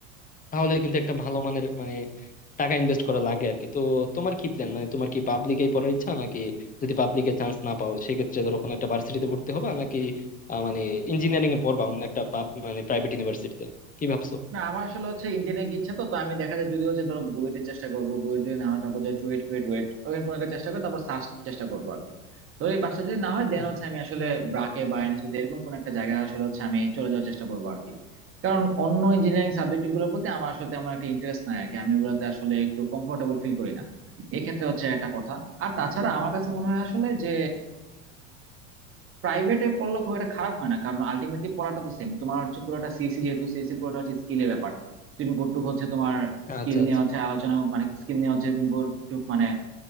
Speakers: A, on the left (about 20°); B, on the right (about 30°).
A: তাহলে কিন্তু একটা ভালো মানের মানে টাকা ইনভেস্ট করা লাগে আর কি তো তোমার কি প্ল্যান মানে তোমার কি পাবলিকেই পড়ার ইচ্ছা নাকি যদি পাবলিকে চান্স না পাও সেক্ষেত্রে ধরো কোনো একটা ভার্সিটিতে ভর্তি হবা নাকি আহ, মানে ইঞ্জিনিয়ারিং এ পড়বা অন্য একটা pub- মানে প্রাইভেট ইউনিভার্সিটিতে কি ভাবছো
B: না আমার আসলে হচ্ছে ইঞ্জিনিয়ারিং ইচ্ছা তো তো আমি দেখা যায় যদি হচ্ছে ধরো বুয়েটের চেষ্টা করবো বুয়েট যদি না হয় তারপর যে চুয়েট কুয়েট রুয়েট ওখানে কোনো একটা চেষ্টা করবো তারপর সাস্ট চেষ্টা করবো আর কি তো এই পাঁচটা যদি না হয় দেন
A: হুম।
B: হচ্ছে আমি আসলে ব্রাকে বা এনএসইউতে এরকম কোনো একটা জায়গায় আসলে হচ্ছে আমি চলে যাওয়ার চেষ্টা করবো আর কি কারণ অন্য ইঞ্জিনিয়ারিং সাবজেক্ট গুলোর প্রতি আমার আসলে তেমন একটা ইন্টারেস্ট নাই আর কি আমি ওগুলাতে আসলে একটু কমফোর্টেবল ফিল করি না এক্ষেত্রে হচ্ছে একটা কথা আর তাছাড়া আমার কাছে মনে হয় আসলে যে প্রাইভেটে পড়লে খুব একটা খারাপ হয় না কারণ আলটিমেটলি পড়াটা তো সেম তোমার হচ্ছে পুরোটা সিএসসি যেহেতু সিএসসি পুরোটা হচ্ছে স্কিলের ব্যাপার তুমি কতটুকু হচ্ছে তোমার স্কিল
A: আচ্ছা
B: নিয়ে
A: আচ্ছা
B: হচ্ছে আলোচনা মানে স্কিল নিয়ে হচ্ছে তুমি কতটুকু মানে